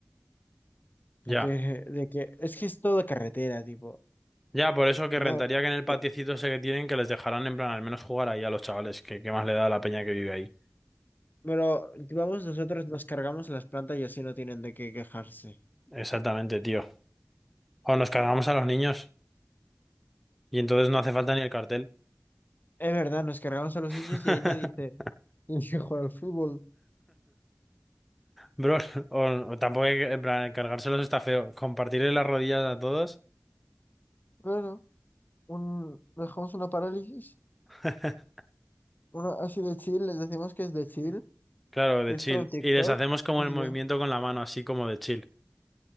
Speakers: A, in the centre; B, on the left (about 40°).
A: Ya.
B: De que, de que es que es toda carretera, tipo.
A: Ya, por eso que rentaría
B: No,
A: que en el patiecito
B: po-
A: ese que tienen que les dejarán en plan al menos jugar ahí a los chavales, que, que más le da a la peña que vive ahí.
B: pero vamos, nosotros nos cargamos las plantas y así no tienen de qué quejarse.
A: Exactamente, tío. O nos cargamos a los niños y entonces no hace falta ni el cartel.
B: Es verdad, nos cargamos a los
A: <laughs>
B: niños y ahí nadie se elige jugar al fútbol.
A: Bro, o, o tampoco hay que- en plan cargárselos está feo. Compartirle las rodillas a todos.
B: Bueno, un, dejamos una parálisis,
A: <laughs>
B: una así de chill, les decimos que es de chill,
A: Claro, de
B: que es
A: chill.
B: para un TikTok
A: Y les hacemos como
B: y
A: el movimiento
B: ya.
A: con la mano, así como de chill.